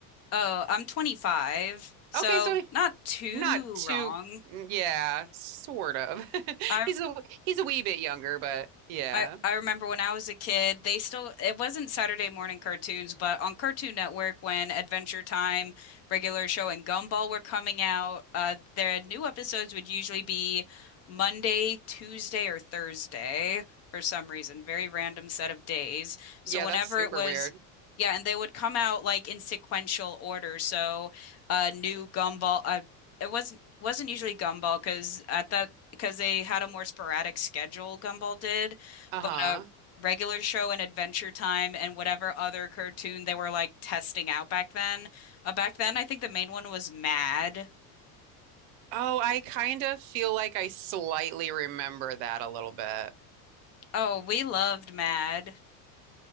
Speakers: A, on the left; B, on the right.
A: oh, I'm 25, so
B: Okay, so
A: not too
B: not too,
A: wrong.
B: mm, yeah, sort of. <laughs>
A: I
B: He's a he's a wee bit younger, but yeah.
A: I, I remember when I was a kid, they still, it wasn't Saturday morning cartoons, but on Cartoon Network when Adventure Time, Regular Show, and Gumball were coming out, uh, their new episodes would usually be Monday, Tuesday, or Thursday for some reason, very random set of days. So
B: Yeah,
A: whenever
B: that's super
A: it was,
B: weird.
A: yeah, and they would come out like in sequential order. So uh, new Gumball, uh, it wasn't wasn't usually Gumball because at that because they had a more sporadic schedule, Gumball did
B: Uh-huh.
A: but uh, regular show and Adventure Time and whatever other cartoon they were like testing out back then. Uh, back then, I think the main one was Mad.
B: Oh, I kind of feel like I slightly remember that a little bit.
A: Oh, we loved Mad.